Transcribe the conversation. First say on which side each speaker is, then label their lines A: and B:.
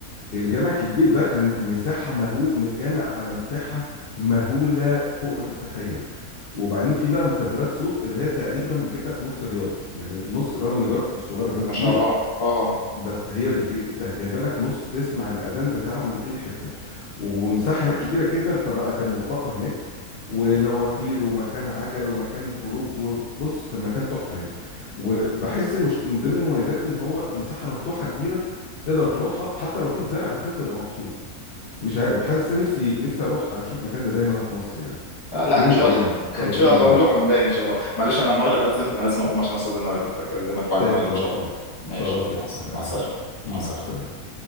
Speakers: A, on the left; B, on the left.
A: الجامع الكبير ده كان مساحة مهول م- جامع على مساحة مهولة فوق ما تتخيل وبعدين في بقى مكبرات صوت اللي هي تقريبا بتجيب لك نص رياض يعني نص رغم ان رياض مش صغير رياض
B: ما
A: كبيرة
B: شاء الله اه اه
A: بس هي بتجي... انت جايبه لك نص تسمع الاذان بتاعه من اي حته ومساحه هناك كبيره جدا فبقى كان ملتقى هناك ونوافير ومكان عجل ومكان خروج وبص كان مكان تحفه يعني وبحس مش... من ضمن مميزاته ان هو مساحه مفتوحه كبيره تقدر تروحها حتى لو مفيش زرع بس انت تبقى مبسوط مش عارف حاسس نفسي نفسي اروح اشوف مكان زي ده هنا في مصر يعني
B: آه، لا
A: في يوم
B: ان شاء
A: من الايام
B: الله
A: يعني
B: <laughs>
A: ان شاء
B: ان
A: الله
B: شاء
A: باذن
B: الله
A: الله
B: نروح ونلاقي ان شاء الله معلش انا المغرب اذن فانا لازم اقوم عشان اصلي المغرب اكلمك بعد
A: طيب
B: المغرب
A: خلاص
B: ان شاء الله
A: ماشي
B: ماشي
A: خلاص
B: اوكي
A: ماشي اتفقنا
B: مع السلامه
A: حبيبي
B: مع
A: مع
B: السلامه
A: السلامه